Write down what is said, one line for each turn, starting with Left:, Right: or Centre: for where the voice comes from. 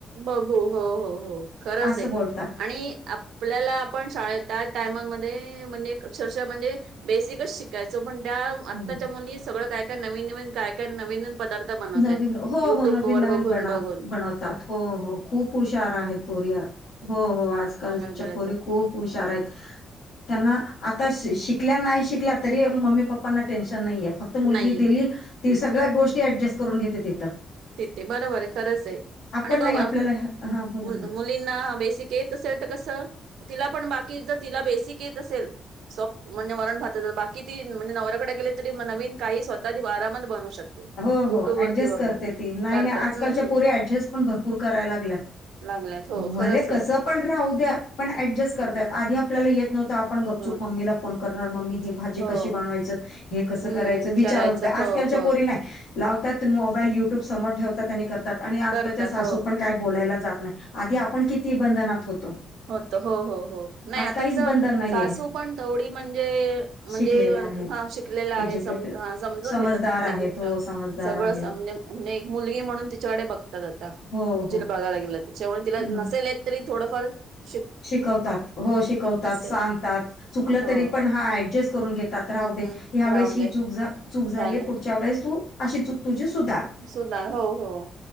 Right: बघू हो हो हो खरंच
Left: असं
Right: आहे
Left: बोलतात
Right: आणि आप आपल्याला आपण शाळेत त्या टायममध्ये म्हणजे अक्षरशः म्हणजे बेसिकच शिक शिकायचो पण त्या आत्ताच्या
Left: हं.
Right: मुली सगळं काय काय नवीन नवीन काय काय नवीन नवीन पदार्थ बनवत
Left: नवीन
Right: आहेत
Left: हो
Right: युट्यूब
Left: हो नवीन
Right: वर
Left: नवीन
Right: बघून
Left: बना
Right: बघून
Left: बनवतात हो हो खूप हुशार आहेत पोरिया. हो. हो. आजकालच्या
Right: बघायला गेलं
Left: पोरी
Right: तर
Left: खूप हुशार आहेत. त्यांना आता शिकल्या नाही शिकल्या तरी मम्मी पप्पांना टेन्शन नाहीये फ - क्त मुलगी
Right: नाहीये
Left: दिली ती सगळ्या गोष्टी ऍडजस्ट करून घेते तिथं.
Right: तिथे बरोबर हाय खरंच हे
Left: आपण
Right: आणि
Left: नाही
Right: बघ
Left: आपल्याला हा बोला
Right: मुल
Left: मॅडम
Right: मु लींना बेसिक येत असेल तर कस तिला पण बाकी जर तिला बेसिक येत असेल सप म्हणजे वरण भात तर बाकी ती म्हणज नवऱ्याकडे गेले तरी नवीन काही स्वतः आरामात बनवू शकते.
Left: हो, हो.
Right: युट्यूब वरती
Left: ऍडजस्ट
Right: बघून
Left: करते ती नाही.
Right: करतात
Left: नाही. आजकालच्या
Right: हम्म हम्म
Left: पोरी ऍडजस्ट पण भरपूर करायला लागल्यात.
Right: लागल्यात हो
Left: भले
Right: खरंच आहे
Left: कसं पण राहू द्या. पण ऍडजस्ट करतायत.
Right: हो
Left: आधी आपल्याला येत नव्हतं. आपण
Right: ह
Left: गपचूप मम्मीला -- फोन करणार. मम्मी
Right: अच्छा
Left: ही भाजी
Right: हो
Left: कशी बनवायचं? हे कसं
Right: हम्म
Left: करायचं? विचारत
Right: करायचं
Left: होत आजकालच्या
Right: हो हो
Left: पोरी नाही. लावतात मोबाईल युट्यूब समोर् ठेवतात आणि करतात आणि आजकालच्या
Right: करतात
Left: सासू
Right: हो
Left: पण काय बोलायला जात नाही. आधी आपण किती बंधनात होतो.
Right: होतो. हो, हो, हो. नाही
Left: आज
Right: आता
Left: काहीच बंधन नाहीये
Right: सासू पण तेवडी म्हणजे -- म्हणजे
Left: शिकलेले आहेत.
Right: हा शिकलेला
Left: एज्युकेटेड
Right: आहे सम हा समजून
Left: समजदार
Right: घेतात प्रत्येक
Left: आहेत
Right: गो -- ष्ट
Left: हो समजदार
Right: सगळं
Left: आहे
Right: सामने -- म्हणजे एक मुलगी म्हणून तिच्याकडे बघतात आता.
Left: हो
Right: ॲक्च्युली
Left: हो.
Right: बघायला गेलं तर तिच्यामुळे तिला नसेल
Left: हं.
Right: येत तरी थोडंफार --
Left: शिकवतात. हो शिकवतात. सांगतात.
Right: आहे
Left: चुकलं
Right: हो
Left: तरी पण हा ऍडजस्ट करून घे तात
Right: हम्म
Left: राहु दे
Right: हम्म
Left: ह्या वेळेस
Right: राहू
Left: ही
Right: दे
Left: चूक झ चूक झाली
Right: झालं
Left: पुढच्या वेळेस तू अशी चूक तुझी सुधार.
Right: सुधार हो. हो.